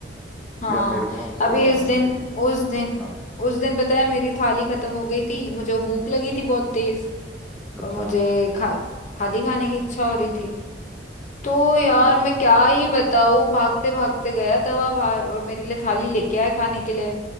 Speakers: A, on the left (about 45°); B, in the centre.
A: हाँ
B: यार मेरे को ना उससे
A: अभी
B: और
A: उस दिन
B: मेरी
A: उस दिन
B: हाँ
A: उस दिन पता है मेरी थाली खत्म हो गई थी मुझे भूख लगी थी बहुत तेज
B: अच्छा
A: और मुझे खा थाली खाने की इच्छा हो रही थी तो यार
B: फिर
A: मैं क्या ही बताऊँ भागते भागते गया तवा बाहर और मेरे लिए थाली लेके आए खाने के लिए